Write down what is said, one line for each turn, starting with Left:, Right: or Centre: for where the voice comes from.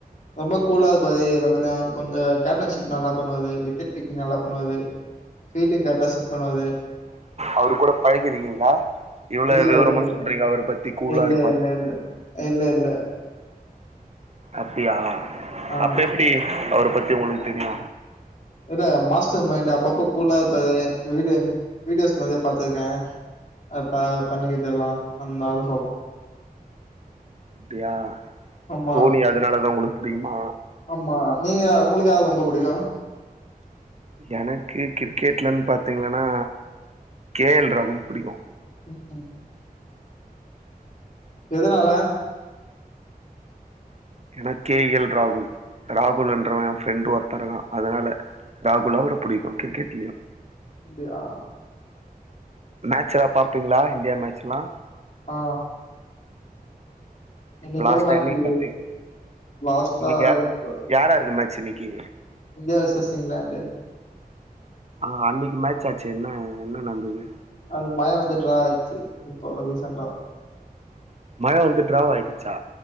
Left: ரொம்ப கூலா இருபாரு எல்லாத்துலயு, கொஞ்சோ கேப்டன்ஷிப் நல்லா பண்ணுவாரு, விக்கெட் கீப்பிங் நல்லா பண்ணுவாரு ஃபீல்டிங் கரெக்ட்டா செட் பண்ணுவாரு
Right: அவரு கூட பழகிருக்கீங்ளா, இவ்ளோ
Left: இல்ல
Right: விவரமா
Left: இல்ல
Right: சொல்றீங்க அவர பத்தி கூலா
Left: இல்ல
Right: இருப்பாரு
Left: இல்ல இல்ல இல்ல இல்ல
Right: அப்டியா
Left: ஆ
Right: அப்ப எப்டி அவர பத்தி உங்களுக்கு தெரியு
Left: இத மாஸ்டர் மைண்ட் அப்பப்ப கூலா இருப்பாரு வீடி வீடியோஸ் நெறய பாத்துருக்கே அ ப பண்ணிக்கிறது எல்லா அதுனால சொல்றோ
Right: அப்டியா,
Left: ஆமா
Right: தோனி அதனாலதா உங்களுக்கு புடிக்குமா
Left: ஆமா, நீங்க உங்களுக்கு யார ரொம்ப புடிக்கு
Right: எனக்கு கிரிக்கெட்லன்னு பாத்தீங்கனா கே எல் ராகுல் புடிக்கு
Left: ம், ம் எதனால
Right: ஏனா கே எல் ராகுல், ராகுல் என்றவ எ ஃப்ரெண்ட் ஒருத்த இருக்கா அதனால ராகுல் அவர புடிக்கு கிரிக்கெட்லியு
Left: அப்டியா
Right: மேட்ச் எல்லா பாப்பீங்ளா இந்தியா மேட்ச்ல்லா
Left: ஆ இன்னைக்கு
Right: இப்ப லாஸ்டா
Left: கூட மேட்ச்
Right: என்னைக்கி
Left: இருக்குது
Right: பாத்திங்
Left: லாஸ்ட்டா
Right: இன்னைக்கு யா
Left: இப்ப
Right: யாராருக்கு மேட்ச் இன்னைக்கி
Left: இந்தியா வர்சஸ் இங்லாண்ட்
Right: ஆ, அன்னைக்கி மேட்ச்சாச்சே என்ன என்ன நடந்தது
Left: அது மழ வந்து ட்ரா ஆயிடுச்சு இப்போ ரீசண்ட்டா
Right: மழ வந்து ட்ராவாயிடுச்சா